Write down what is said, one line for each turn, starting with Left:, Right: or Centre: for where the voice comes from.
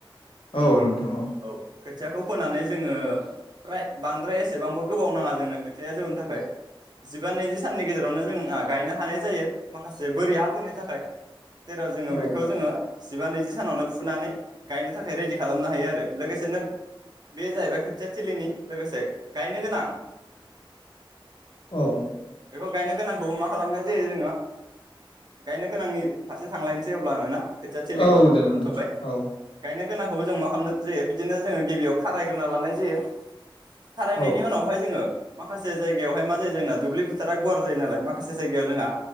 Left: औ नोंथां
Right: औ खोथियाखौ फोनानै जोङो फ्राय बांद्राय एसेबांबो गोबाव नाङा जोंनो। खोथिया जौनो थाखाय जिबा नैजि साननि गेजेरावनो जों गायनो हानाय जायो माखासे बोरि हाफोरनि थाखाय। जेराव जोङो
Left: औ
Right: बेखौ जोङो। जिबा नैजि सानावनो फुनानै गायनो थाखाय रेडि खालामनो हायो आरो लोगोसेनो बे जाहैबाय खोथिया थिलिनि लोगोसे गायनो गोनां।
Left: औ
Right: बेखौ गायनो गोनांखौ मा खालामनाय जायो जोङो गायनो गोनांनि फारसे थांलायनोसै अब्ला आङो ना। खोथिया थिलिखौ
Left: औ दे नोंथां
Right: दोनथ'बाय
Left: औ
Right: गायनो गोनांखौबो जों मा खालामनाय जायो बिदिनो जोङो गिबियाव खारायग्रोना लानाय जायो। खारायनायनि
Left: औ
Right: उनावहाय जोङो माखासे जायगायावहाय मा जायो जोंना दुब्लि फोथारा गुवार जायो नालाय माखासे जायगायाव जोंहा।